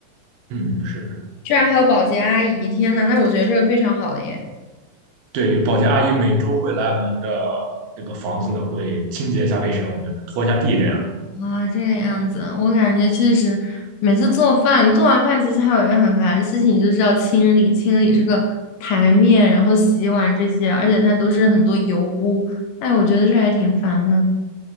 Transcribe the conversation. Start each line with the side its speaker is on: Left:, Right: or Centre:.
Right: 嗯是。
Left: 居然还有保洁阿姨，天呐，那我觉得这个非常好的耶。
Right: 对，保洁阿姨每周会来我们的这个房子，会清洁一下卫生，就是拖一下地这样。
Left: 啊，这个样子，我感觉确实，每次做饭，做完饭其实还有一个很烦的事情，就是要清理清理这个台面，然后洗碗这些，而且它都是很多油污，哎，我觉得这还挺烦的。